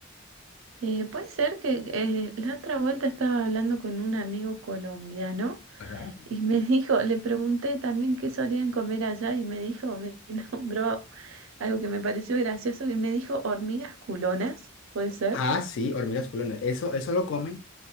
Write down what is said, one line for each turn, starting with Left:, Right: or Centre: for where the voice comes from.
Right: Eh, puede ser que eh, la otra vuelta estaba hablando con un amigo colombiano
Left: Ajá.
Right: y me <laughs> dijo, le pregunté también qué solían comer allá y me dijo, me <laughs> nombró algo que me pareció gracioso y me dijo hormigas culonas, puede ser.
Left: Ah, sí, hormigas culonas. Eso, eso lo comen